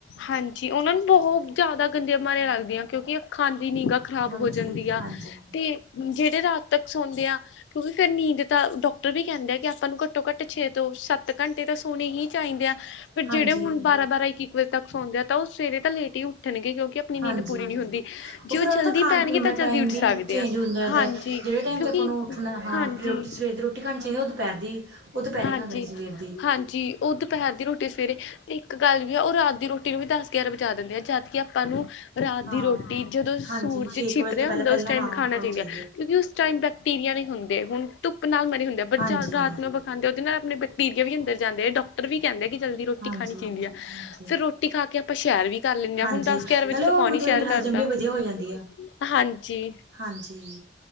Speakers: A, on the left; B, on the right.
A: ਹਾਂਜੀ, ਉਹਨਾਂ ਨੂੰ ਬਹੁਤ ਜ਼ਿਆਦਾ ਗੰਦੀਆਂ ਬਿਮਾਰੀਆਂ ਲੱਗਦੀਆਂ। ਕਿਉਂਕਿ ਅੱਖਾਂ ਦੀ ਨਿਗਾ ਖ਼ਰਾਬ
B: ਹਾਂਜੀ
A: ਹੋ ਜਾਂਦੀ ਆ,
B: ਹਾਂਜੀ
A: ਤੇ ਜਿਹੜੇ ਰਾਤ ਤੱਕ ਸੌਂਦੇ ਆ ਕਿਉਂਕਿ ਫੇਰ ਨੀਂਦ ਤਾਂ ਡਾਕਟਰ ਵੀ ਕਹਿੰਦੇ ਆ, ਕਿ ਆਪਾਂ ਨੂੰ ਘੱਟੋ ਘੱਟ ਛੇ ਤੋਂ ਸੱਤ ਸੱਤ ਘੰਟੇ ਤਾਂ ਸੋਹਣੇ ਹੀ ਚਾਹੀਦੇ ਆ। ਬਟ
B: ਹਾਂਜੀ
A: ਜਿਹੜੇ ਹੁਣ ਬਾਰਾਂ, ਬਾਰਾਂ ਇੱਕ, ਇੱਕ ਵਜੇ ਤੱਕ ਸੌਦੇ ਆ, ਉਹ ਸਵੇਰੇ ਤਾਂ ਲੇਟ ਹੀ ਉੱਠਣਗੇ। ਕਿਉਂਕਿ ਆਪਣੀ ਨੀਂਦ
B: ਹਾਂਜੀ।
A: ਪੂਰੀ ਨਹੀਂ ਹੁੰਦੀ, ਜੇ
B: ਫਿਰ
A: ਉਹ
B: ਉਹਨਾਂ
A: ਜਲਦੀ
B: ਦਾ ਖਾਣ
A: ਪੈਣਗੇ,
B: ਪੀਣ ਦਾ
A: ਤਾਂ ਜਲਦੀ
B: ਟਾਈਮ
A: ਉੱਠ
B: ਵੀ
A: ਸਕਦੇ
B: ਚੇਂਜ
A: ਆ
B: ਹੁੰਦਾ ਜਾਂਦਾ
A: ਹਾਂਜੀ।
B: ਜਿਹੜੇ ਟਾਈਮ
A: ਕਿਉਂਕਿ
B: ' ਆਪਾਂ ਨੂੰ ਉਠਣਾਂ ਹਾਂ
A: ਹਾਂਜੀ
B: ਰੋਟੀ ਬੇਟਾਇਸ ਤੇ ਤੁਹਾਨੂੰ ਉਠਣ ਹਾਂ, ਰੋਟੀ ਸਵੇਰ ਦੀ, ਰੋਟੀ ਖਾਣੀ ਚਾਹੀਦੀ, ਉਹ ਦੁਪਹਿਰ ਦੀ, ਉਹ ਦੁਪਹਿਰੇ
A: ਹਾਂਜੀ
B: ਖਾਂਦੇ ਨੇ, ਸਵੇਰ ਦੀ
A: ਹਾਂਜੀ ਉਹ ਦੁਪਹਿਰ ਦੀ ਰੋਟੀ ਸਵੇਰੇ, ਤੇ ਇੱਕ ਗੱਲ ਵੀ ਆ, ਉਹ ਰਾਤ ਦੀ ਰੋਟੀ ਨੂੰ ਵੀ ਦਸ ਗਿਆਰਾਂ ਵਜਾ ਦਿੰਦੇ ਆ। ਜਦ ਕਿ ਆਪਾਂ ਤੁਹਾਨੂੰ ਰਾਤ
B: ਹਾਂ
A: ਦੀ ਰੋਟੀ, ਜਦੋਂ ਸੂਰਜ
B: ਹਾਂਜੀ ਛੇ
A: ਛਿਪ
B: ਕੁ ਵਜੇ
A: ਰਿਹਾ
B: ਤੋਂ ਪਹਿਲਾਂ
A: ਹੁੰਦਾ।
B: ਪਹਿਲਾਂ
A: ਉਸ ਟਾਈਮ
B: ਹਾਂ
A: ਖਾਣਾ
B: ਕਰਨੀ
A: ਚਾਹੀਦਾ।
B: ਚਾਹੀਦੀ
A: ਕਿਉਂਕਿ
B: ਹੈ
A: ਉਸ ਉਸ ਟਾਈਮ ਬੈਕਟੀਰੀਆ ਨਹੀਂ ਹੁੰਦੇ, ਹੁਣ ਧੁੱਪ ਨਾਲ ਮਰੇ ਹੁੰਦੇ, ਬਟ
B: ਹਾਂਜੀ
A: ਰਾਤ ਨੂੰ ਆਪਾਂ ਖਾਂਦੇ ਉਹਦੇ ਨਾਲ ਆਪਣੇ ਬਕ ਬਕਟੀਰੀਆ ਵੀ ਅੰਦਰ ਜਾਂਦੇ। ਡਾਕਟਰ ਵੀ ਕਹਿੰਦੇ, ਕਿ ਜਲਦੀ ਰੋਟੀ
B: ਹਾਂਜੀ
A: ਖਾਣੀ ਚਾਹੀਦੀ ਹੈ।
B: ਹਾਂਜੀ
A: ਫਿਰ ਰੋਟੀ ਖਾ ਕਿ ਆਪਾਂ ਸੈ਼ਰ ਵੀ ਕਰ ਲੈਂਣੇ ਹਾਂ
B: ਹਾਂਜੀ
A: ਹੁਣ ਦੱਸ ਕੌਣ
B: ਨਾਲੇ ਉਹ ਮਤਲਬ
A: ਨੀ ਸੈ਼ਰ
B: ਵੀ
A: ਕਰਦਾ
B: ਹਜ਼ਮ ਵੀ
A: <unintelligible>
B: ਵਧੀਆ ਹੋ ਜਾਂਦੀ ਆ
A: ਹਾਂਜੀ
B: ਹਾਂਜੀ